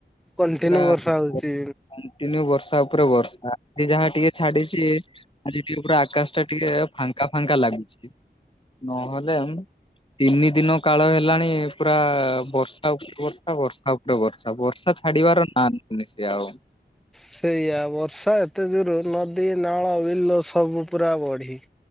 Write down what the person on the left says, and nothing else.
ପୁରା
କଣ୍ଟିନ୍ୟୁ ବର୍ଷା ଉପରେ ବର୍ଷା ଆଜି ଯାହା ଟିକେ ଛାଡିଚି। ଆଜି ଟିକେ ପୁରା ଆକାଶ ଟା ଟିକେ ଫାଙ୍କା ଫାଙ୍କା ଲାଗୁଚି। ନହେଲେ ମ ତିନି ଦିନ କାଳ ହେଲାଣି ପୁରା ବର୍ଷା ଉପରେ ବର୍ଷା ବର୍ଷା ଉପରେ ବର୍ଷା, ବର୍ଷା ଛାଡିବାର ନା ନଉନି ସିଏ ଆଉ।